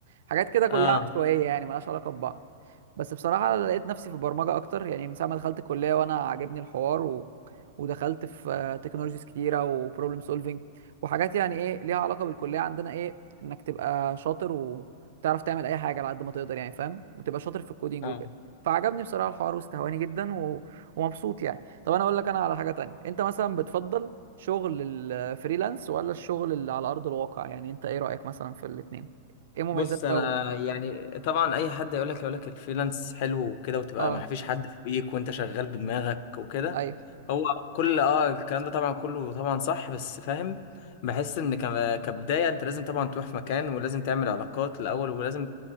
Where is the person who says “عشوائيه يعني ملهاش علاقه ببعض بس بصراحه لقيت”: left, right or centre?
Right